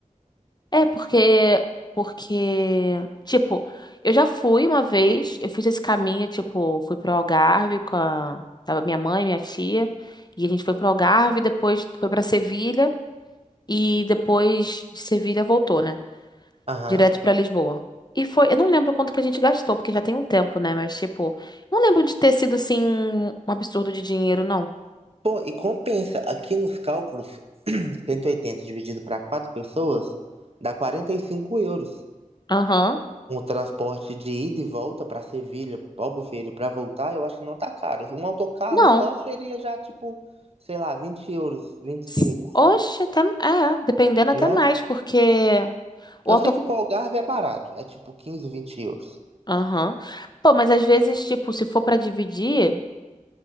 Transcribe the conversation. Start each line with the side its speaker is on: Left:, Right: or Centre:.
Left: É, porque, porque, tipo, eu já fui uma vez, eu fiz esse caminho, tipo, fui pro Algarve com a, tava minha mãe, minha tia, e a gente foi pro Algarve, depois foi pra Sevilha, e depois de Sevilha voltou, né?
Right: Aham.
Left: Direto pra Lisboa. E foi, eu não lembro quanto que a gente gastou, porque já tem um tempo, né? Mas, tipo, não lembro de ter sido, assim, um um absurdo de dinheiro, não.
Right: Pô, e compensa. Aqui nos cálculos, <clears throat> 180 dividido para quatro pessoas dá 45 euros.
Left: Aham.
Right: Um transporte de ida e volta para Sevilha, Albufeira, para voltar, eu acho que não tá caro. Um autocarro
Left: Não.
Right: só seria já tipo, sei lá, 20 euros, vinte e
Left: S-
Right: cinco,
Left: Oxe, até, é, dependendo até
Right: né?
Left: mais, porque... O
Right: Eu sei que pro Algarve é barato, é tipo 15, 20 euros.
Left: Aham. Pô, mas às vezes, tipo, se for pra dividir